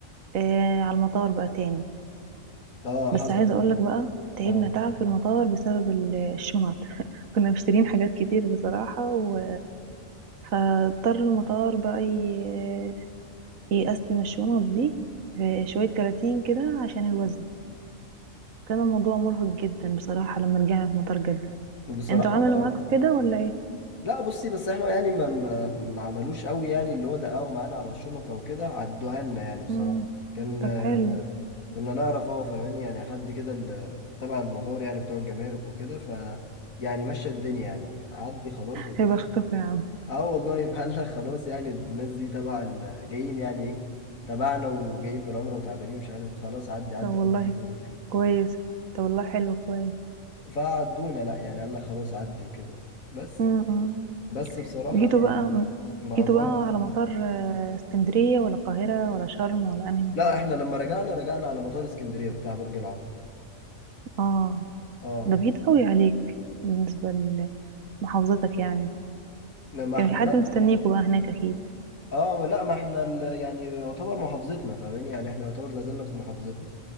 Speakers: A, on the right; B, on the left.
A: آه على المطار بقى تاني
B: اه
A: بس
B: حصل
A: عايزه اقول لك بقى تعبنا
B: اه
A: تعب في المطار بسبب ال- الشنط <laughs> كنا مشترين حاجات كتير بصراحه و... فاضطر المطار بقى ي... يقسم الشنط دي في شويه كراتين كده عشان الوزن كان الموضوع مرهق جدا بصراحه لما رجعنا في مطار جده
B: بصراحة
A: انتوا عملوا
B: اه
A: معاكم كده ولا ايه
B: لا بصي بس احنا يعني ما ما ما عملوش قوي يعني اللي هو دققوا معانا على الشنطة وكده عدوها لنا يعني بصراحة
A: مم.
B: كان
A: طب
B: آه،
A: حلو
B: كنا نعرف هو فاهمين يعني حد كده ال- تبع المطار يعني بتوع الجمارك وكده ف يعني مشى الدنيا يعني عدي خلاص وبتاع
A: هيبقى اختكم يا عم
B: اه والله فهلا خلاص يعني الناس دي تبع ال- جايين يعني ايه تبعنا وجايين من العمرة وتعبانين مش عارف خلاص عدي عدي
A: طب والله
B: عدي كده من حاجة
A: كويس طب والله حلو كويس
B: فعدونا لا يعني قال لك خلاص عدي وكده بس
A: مم.
B: بس بصراحة
A: جيتوا
B: يعني
A: بقى
B: ما
A: جيتوا
B: أجرمت
A: بقى على مطار آه، اسكندرية ولا القاهرة ولا شرم ولا انهي مطار
B: لا احنا لما رجعنا رجعنا على مطار اسكندرية بتاع برج العرب
A: اه
B: اه
A: ده بعيد قوي عليك بالنسبة لمحافظتك يعني
B: لما
A: كان
B: احنا
A: في حد
B: لا
A: مستنيكوا بقى هناك اكيد
B: اه ما- لا ما احنا ال- يعني يعتبر محافظتنا فاهماني يعني احنا يعتبر نزلنا في محافظتنا